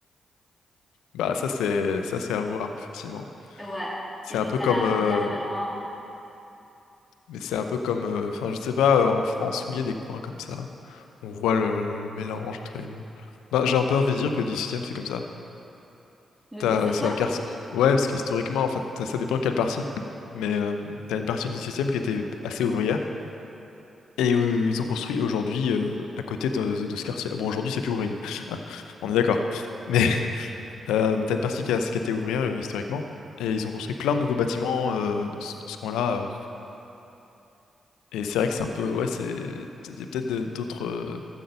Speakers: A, on the left (about 80°); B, in the centre.
A: bah ça c'est, ça c'est à voir effectivement.
B: Ouais.
A: C'est
B: Et puis
A: un peu
B: t'as
A: comme,
B: la rivière
A: euh,
B: pas loin.
A: Mais c'est un peu comme, euh, enfin, je sais pas, euh, en France où il y a des coins comme ça, on voit le, le mélange entre les deux. Bah, j'ai un peu envie de dire que le 18e, c'est comme ça.
B: Le
A: T'as,
B: dix septième
A: c'est un quartier. Ouais, parce qu'historiquement, en fait, ça, ça dépend quelle partie. Mais euh, t'as une partie du 17e qui était assez ouvrière et où ils ont construit aujourd'hui euh, à côté de, de ce quartier. Bon, aujourd'hui, c'est plus ouvrier. <laughs> Hein, On est d'accord. Mais <laughs> euh, t'as une partie qui, a, qui était ouvrière euh, historiquement et ils ont construit plein de nouveaux bâtiments euh, dans ce, dans ce coin-là. euh. Et c'est vrai que c'est un peu, ouais, c'est, il y a peut-être de- d'autres. euh,